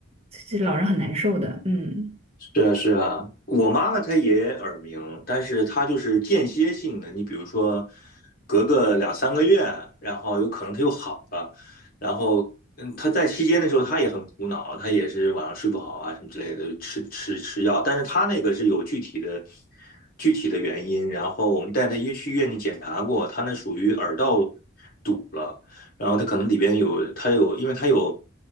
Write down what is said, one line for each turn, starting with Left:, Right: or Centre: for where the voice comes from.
Right: 这老人很难受的，嗯。
Left: 是啊，是啊，我妈妈她也耳鸣，但是她就是间歇性的。你比如说，隔个两三个月，然后有可能她又好了，然后嗯，她在期间的时候，她也很苦恼，她也是晚上睡不好啊什么之类的，吃吃吃药。但是她那个是有具体的具体的原因，然后我们带她去医院里检查过，她那属于耳道堵了。然后它可能里边有它有，因为它有